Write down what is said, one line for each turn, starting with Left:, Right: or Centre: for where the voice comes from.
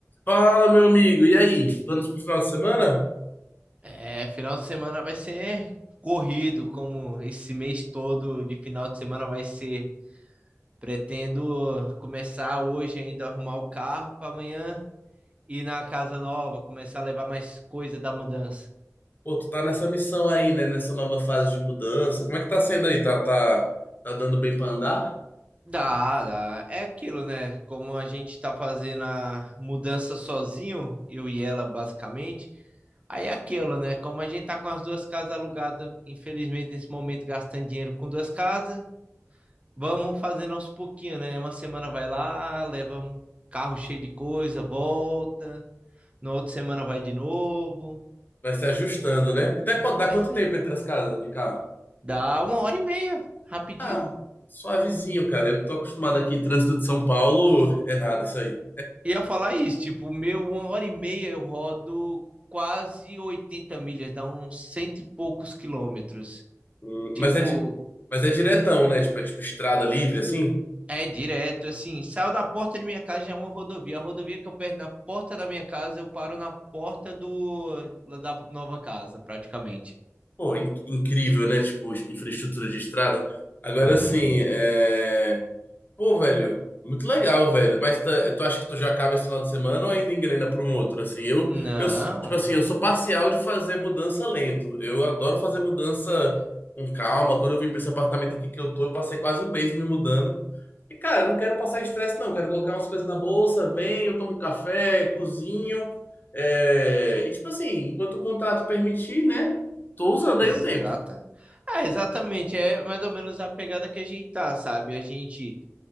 Left: Fala, meu amigo. E aí? Planos pro final de semana?
Right: É, final de semana vai ser corrido, como esse mês todo de final de semana vai ser. Pretendo começar hoje ainda a arrumar o carro para amanhã ir na casa nova, começar a levar mais coisa da mudança.
Left: Pô, tu tá nessa missão aí, né? Nessa nova fase de mudança. Como é que tá sendo aí? Tá, tá, tá dando bem pra andar?
Right: Dá, dá. É aquilo, né? Como a gente tá fazendo a mudança sozinho, eu e ela basicamente. Aí é aquilo, né? Como a gente tá com as duas casas alugadas, infelizmente nesse momento gastando dinheiro com duas casas, Vamos fazendo aos pouquinhos, né? Uma semana vai lá, leva um carro cheio de coisa, volta. Na outra semana vai de novo.
Left: Vai se ajustando,
Right: Ih,
Left: né? E dá, quan- dá
Right: vai
Left: quanto
Right: ser-
Left: tempo entre as casas de carro?
Right: Dá uma hora e meia, rapidinho.
Left: Ah, suavezinho, cara. Eu que tô acostumado aqui, trânsito de São Paulo, é nada isso aí.
Right: Ia falar isso, tipo, o meu uma hora e meia eu rodo quase 80 milhas, dá uns cento e poucos quilômetros.
Left: Hum,
Right: Tipo,
Left: mas é, di- mas é diretão, né? Tipo, é tipo estrada livre, assim.
Right: é direto, assim, saio da porta de minha casa já é uma rodovia. A rodovia que eu perco na porta da minha casa, eu paro na porta do, da nova casa, praticamente.
Left: Pô, in- incrível, né? Tipo, infraestrutura de estrada. Agora,
Right: Muito.
Left: assim, é. Pô, velho, muito legal, velho. Mas tá- tu acha que tu já acaba esse final de semana ou ainda engrena para um outro? Assim, eu,
Right: Não,
Left: eu, tipo assim, eu sou parcial de fazer mudança lento. Eu adoro fazer mudança com calma. Quando eu vim para esse apartamento aqui que eu tô, eu passei quase um mês me mudando. E, cara, não quero passar estresse, não. Quero colocar umas coisas na bolsa, venho, tomo um café, cozinho. é, E, tipo assim, enquanto o contrato permitir, né? Tô usando
Right: exata.
Left: aí o tempo.
Right: Ah, exatamente, é mais ou menos a pegada que a gente tá, sabe? A gente,